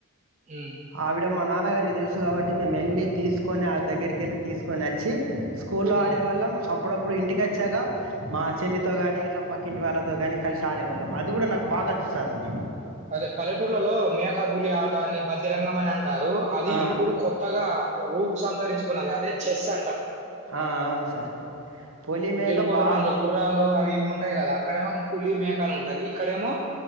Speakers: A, on the right (about 35°); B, on the right (about 80°).
A: హ్మ్
B: ఆవిడ మ నాన్నగారికి తెలుసు కాబట్టి మేము ఎన్ని తీసుకొని ఆ దగ్గరికి వెళ్ళి తీసుకొని ఓచ్చి స్కూల్లో
A: హ్మ్
B: ఆడేవాళ్ళం అప్పుడప్పుడు ఇంటికోచ్చాక మా చెల్లితో కాని ఇట్లా పక్కింటి వాళ్ళతో కాని కలిసి ఆడేవాళ్ళం అది కూడా నాకు బాగొచ్చు సార్ అది
A: అదే పలెటూర్లోలో మ్యేకపులి ఆట అని బదిరంగం అని అంటారు అది
B: ఆ,
A: ఇప్పుడు కొత్తగా రూపు సంతరించుకున్నది అదే చెస్ అంటారు
B: ఆ, అవును సార్ పులి మేక
A: గెలుపోటమి
B: బాగా
A: అందులో గుర్రాలు అవి ఇవి ఉంటాయి కదా అక్కడేమో పులి మేకా అని ఉంటాది ఇక్కడేమో